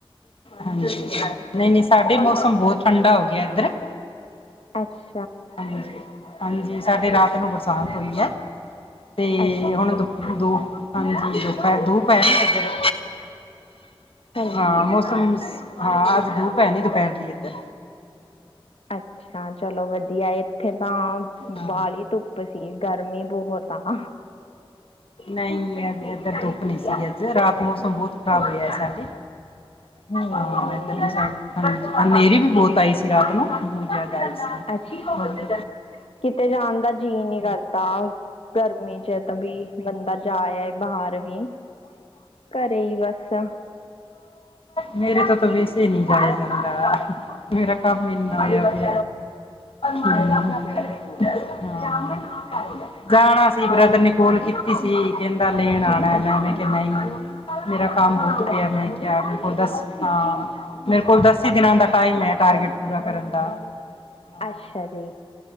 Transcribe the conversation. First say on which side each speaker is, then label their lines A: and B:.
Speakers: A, on the left; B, on the left.
A: ਹਾਂਜੀ ਨਹੀਂ ਨਹੀਂ ਸਾਡੇ ਮੌਸਮ
B: ਪ
A: ਬਹੁਤ ਠੰਡਾ ਹੋ ਗਿਆ ਔਦਰ <inaudible>
B: ਅੱਛਾ।
A: ਹਾਂਜੀ। ਹਾਂਜੀ। ਸਾਡੇ ਰਾਤ ਨੂੰ ਬਰਸਾਤ ਹੋਈ ਆ ਤੇ
B: ਅੱਛਾ
A: ਹੁਣ ਦੁੱਖ ਦੋ ਹਾਂਜੀ ਦੁਪਿਹਰ ਦੋ ਪੈਰ ਇੱਧਰ।
B: ਹਾਂਜੀ
A: ਹਾਂ ਮੌਸਮ। ਹਾਂ ਅੱਜ ਧੁੱਪ ਹੈ ਨਹੀਂ ਦੁਪਹਿਰ ਦੀ ਇੱਧਰ।
B: ਅੱਛਾ। ਹਾਂ ਚਲੋ ਵਧੀਆ ਇੱਥੇ ਤਾਂ
A: ਹਾਂ
B: ਬਾਲੀ ਧੁੱਪ। ਉੱਪਰ ਸੀਗੇ। ਗਰਮੀ ਬਹੁਤ ਆ ਹਾ।
A: ਨਹੀਂ ਅਜ ਇਧਰ ਧੁੱਪ ਨਹੀਂ ਸੀ ਅੱਜ ਰਾਤ ਮੌਸਮ ਬਹੁਤ ਖ਼ਰਾਬ ਹੋਇਆ ਹੈ ਸਾਡੇ।
B: ਹਮ
A: ਹਾਂ ਇੱਧਰ ਲੀ ਸਾਈਡ ਹਾਂਜੀ। ਹਨੇਰੀ ਵੀ ਬਹੁਤ ਆਈ ਸੀ ਰਾਤ ਨੂੰ ਬਹੁਤ ਜ਼ਿਆਦਾ ਹੈ। ਆਈ ਸੀ
B: ਅੱਛਾ
A: ਹਾਂਜੀ।
B: ਕਿਤੇ ਜਾਣ ਦਾ ਜੀਅ ਨਹੀਂ ਕਰਦਾ ਗਰਮੀ ਚ ਤਾਂ ਵੀ ਬੰਦਾ ਜਾਏ ਬਾਹਰ ਵੀ ਘਰੇ ਹੀ ਬਸ?
A: ਮੇਰੇ ਤੋਂ ਤਾਂ ਵੈਸੇ ਨਹੀਂ ਜਾਇਆ ਜਾਂਦਾ ਹੈ। ਮੇਰਾ ਕੰਮ ਇਨਾ ਹੋਇਆ ਪਿਆ ਹਾਂਜੀ। ਜਾਣਦਾ
B: ਹਾਂਜੀ
A: ਕੀ ਚਾਹੀਦਾ ਹੈ? ਗਾਣਾ ਸੀ ਬ੍ਰਦਰ
B: ਹੋ
A: ਨੇ ਕੋਲ ਕੀਤੀ? ਤੁਸੀ ਕਹਿੰਦੇ? ਸੱਦਾ ਦੇਣ ਆਉਣਾ
B: ਅੱਛਾ
A: ਮੈਂ ਕਿਹਾ ਨਹੀਂ। ਮੇਰਾ। ਕੰਮ ਬਹੁਤ ਪਿਆ
B: ਅੱਛ
A: ਮੈਂ ਕਿਹਾ? ਆਉਦਾ ਸੀ ਹਾਂ ਮੇਰੇ ਕੋਲ ਦਸ ਦਿਨਾਂ ਦਾ ਟਾਈਮ ਹੈ ਟਾਰਗੇਟ ਪੂਰਾ ਕਰਨ ਦਾ? ਹਾਂ
B: ਅੱਛਾ ਜੀ।